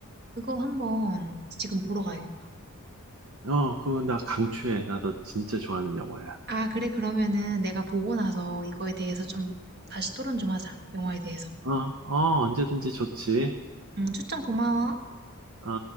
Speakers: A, on the right; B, on the right.
A: 그거 한번 지금 보러 가야겠다.
B: 어, 그거 나 강추해. 나도 진짜 좋아하는 영화야.
A: 아 그래 그러면은 내가 보고 나서 이거에 대해서 좀 다시 토론 좀 하자. 영화에 대해서.
B: 어, 어, 언제든지 좋지.
A: 응 추천 고마워.
B: 어.